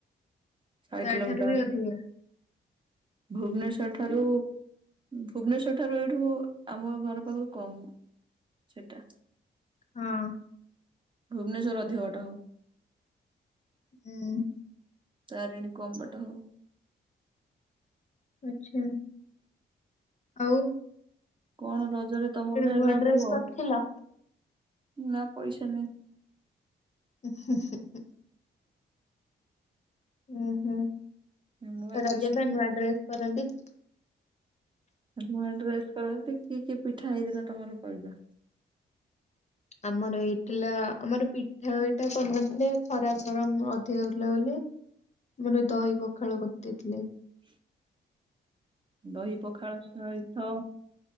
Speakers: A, on the right; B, on the left.
A: ଶହେ
B: ତା
A: କିଲୋମିଟର
B: ଠାରୁ ବି ଅଧିକ।
A: ଭୁବନେଶ୍ଵର ଠାରୁ ଭୁବନେଶ୍ୱରଠାରୁ ଏଇଠୁ ଆମ ଘର ପାଖରୁ କମ୍ ସେଟା।
B: ହଁ,
A: ଭୁବନେଶ୍ୱର ଅଧିକ ବାଟ ହବ।
B: ହୁଁ।
A: ତାରିଣୀ କମ୍ ବାଟ ହବ।
B: ଆଚ୍ଛା ଆଉ
A: କଣ ରଜରେ ତମର ହେଲା
B: ନୂଆ ଡ୍ରେସ୍
A: କୁହ।
B: କରିଥିଲ?
A: ନା ପଇସା ନାହିଁ।
B: ଉଁ ହୁଁ ହୁଁ ହୁଁ। ଉଁ ହୁଁ
A: ନୂଆ ଡ୍ରେସ
B: ରଜରେ
A: କର
B: ପା ନୂଆଡ୍ରେସ୍ କରନ୍ତି।
A: ନୂଆ ଡ୍ରେସ କରନ୍ତି କି କି ପିଠା ହେଇଥିଲା ତମର କହିଜା।
B: ଆମର ହେଇଥିଲା ଆମର ପିଠା ଏଇଟା କରିନଥିଲେ ଖରା ଗରମ ଅଧିକ ହେଉଥିଲା ବୋଲି। ଆମର ଦହି ପଖାଳ କରିଦେଇଥିଲେ।
A: <inaudible> ଦହି ପଖାଳ ସହିତ